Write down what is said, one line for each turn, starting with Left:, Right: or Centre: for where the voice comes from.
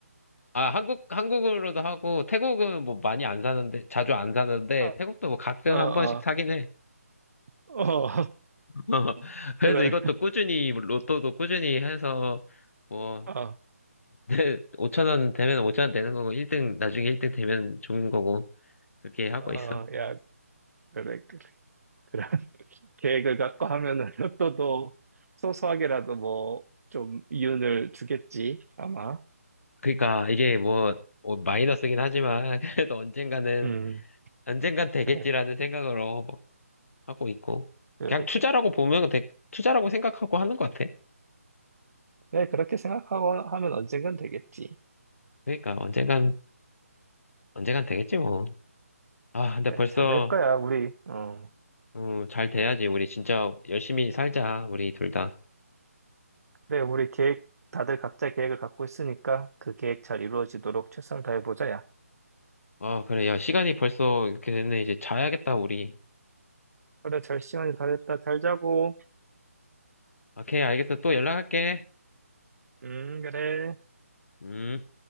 Left: 아, 한국, 한국으로도 하고, 태국은 뭐 많이 안 사는데, 자주 안 사는데,
Right: 어,
Left: 태국도 뭐 가끔
Right: 어, 어,
Left: 한 번씩 사긴 해.
Right: 어,
Left: <laughs>
Right: <laughs>
Left: 그래서
Right: 그래.
Left: 이것도 꾸준히, 로또도 꾸준히 해서, 뭐,
Right: 어,
Left: <laughs> 5천 원 되면 5천 원 되는 거고, 1등, 나중에 1등 되면 좋은 거고, 그렇게 하고
Right: 어,
Left: 있어.
Right: 야, 그래, 그래. 그래. <laughs> 계획을 갖고 하면은 로또도 소소하게라도 뭐, 좀 이윤을 주겠지, 아마.
Left: 그러니까 이게 뭐, 뭐 마이너스긴 하지만, <laughs> 그래도 언젠가는,
Right: 음,
Left: 언젠간 되겠지라는
Right: 그래,
Left: 생각으로 하고 있고
Right: 그래,
Left: 그냥 투자라고
Right: 그래.
Left: 보면 되, 투자라고 생각하고 하는 것 같아.
Right: 네, 그렇게 생각하고 하면 언젠간 되겠지.
Left: 그러니까 언젠간 언젠간 되겠지 뭐. 아 근데
Right: 그래,
Left: 벌써
Right: 잘 될 거야, 우리. 어.
Left: 음, 잘 돼야지 우리 진짜 열심히 살자 우리 둘 다.
Right: 그래, 우리 계획, 다들 각자 계획을 갖고 있으니까 그 계획 잘 이루어지도록 최선을 다해보자, 야.
Left: 아 그래 야 시간이 벌써 이렇게 됐네 이제 자야겠다 우리.
Right: 그래, 잘 시간이 다 됐다. 잘 자고.
Left: 아, 오케이 알겠어 또 연락할게.
Right: 음, 그래.
Left: 음.